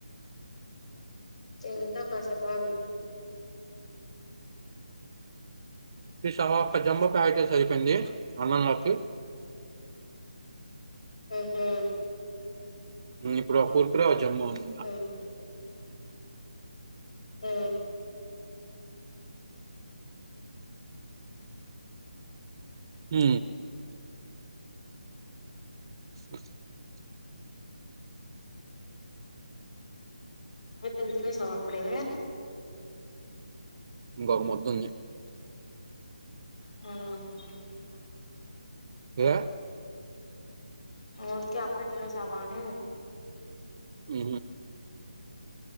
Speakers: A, on the left (about 50°); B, on the right (about 30°).
A: తింటా కాసేపు ఆగి
B: ఈసారి జంభో ప్యాకెట్ అయితే సరిపోయింది అన్నంలకి,
A: ఆహా
B: నేను ఇప్పుడే ఒక కుర్కురే, ఒక జంభో తిన్నా
A: హ్మ్ ఆ
B: ఉ <unintelligible>
A: ఇప్పుడు తినేసినవా అప్పుడే
B: ఇంకొక ముద్ద ఉంది
A: ఆహ
B: ఏ
A: ఓకే అప్పుడే తినేసవా అన్ని,
B: ఉ